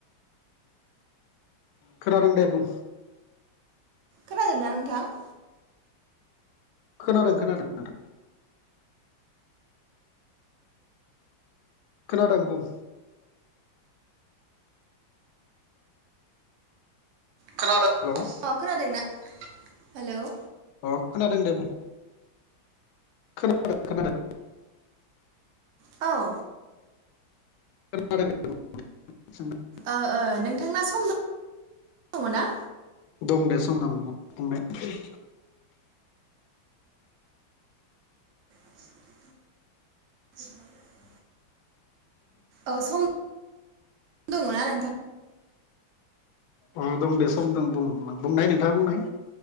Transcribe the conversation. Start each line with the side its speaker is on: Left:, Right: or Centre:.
Left: खोनादों दे बुं
Right: खोनादोंना नोंथां?
Left: खोनादों खोनादों नोंथां खोनादों बुं
Right: खोनादों
Left: हेलौ
Right: अ खोनादोंना हेलौ
Left: अ खोनादों दे बुं खोनादों खोनादों
Right: औ
Left: खोनादों दे बुंनाय <unintelligible>
Right: ओ ओ नोंथांना सम दङ दङ ना?
Left: दं दे सम दं बुं-बुंनाय
Right: <inaudible> औ सम दङना नोंथां?
Left: अ दं दे सम दं बुं बुंनाय नोंथाङा बुंनाय